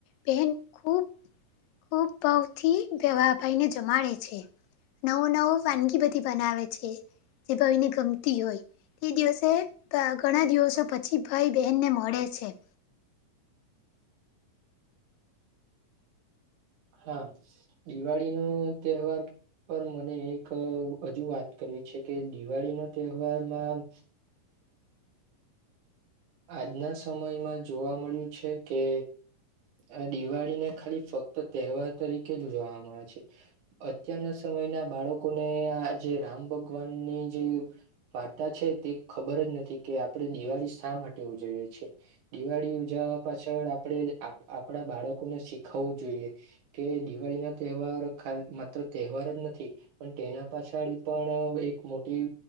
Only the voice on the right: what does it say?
હા દિવાળી નો તહેવાર પણ મને એક હજુ વાત કરવી છે કે દિવાળી ના તહેવારમાં આજના સમયમાં જોવા મળ્યું છે કે આ દિવાળી ને ખાલી ફક્ત તહેવાર તરીકે જ ઉજવામાં આવે છે. અત્યારના સમયના બાળકોને આ જે રામ ભગવાનની જે વાર્તા છે તે ખબર જ નથી કે આપણે દિવાળી શા માટે ઉજવીએ છીએ. દિવાળી ઉજવવા પાછળ આપણે આપણા બાળકોને શીખવવું જોઈએ. કે દિવાળી ના તહેવાર ખાલી માત્ર તહેવાર જ નથી. પણ તેના પાછળ પણ એક મોટી